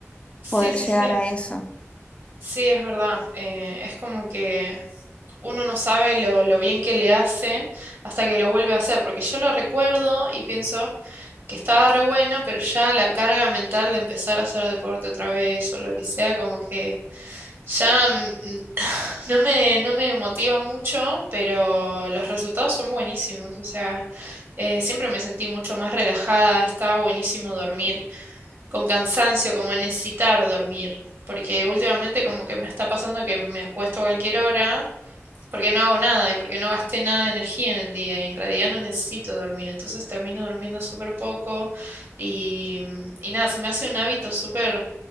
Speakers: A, on the right; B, on the left.
A: Sí,
B: poder
A: sí,
B: llegar
A: sí.
B: a eso.
A: Sí, es verdad. Eh, es como que uno no sabe lo, lo bien que le hace hasta que lo vuelve a hacer, porque yo lo recuerdo y pienso que estaba re bueno, pero ya la carga mental de empezar a hacer deporte otra vez o lo que sea, como que ya mm, <laughs> no me, no me motiva mucho, pero los resultados son buenísimos, o sea, eh, siempre me sentí mucho más relajada, estaba buenísimo dormir, con cansancio, como necesitar dormir. Porque últimamente como que me está pasando que me acuesto a cualquier hora porque no hago nada y porque no gasté nada de energía en el día y en realidad no necesito dormir, entonces termino durmiendo súper poco y, y nada, se me hace un hábito súper